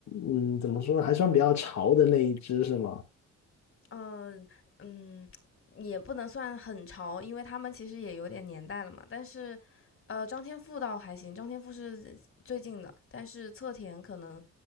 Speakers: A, on the left; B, on the left.
A: 嗯，怎么说呢，还算比较潮的那一支是吗？
B: 嗯嗯，也不能算很潮，因为他们其实也有点年代了嘛。但是，呃，张天赋倒还行，张天赋是最近的，但是侧田可能，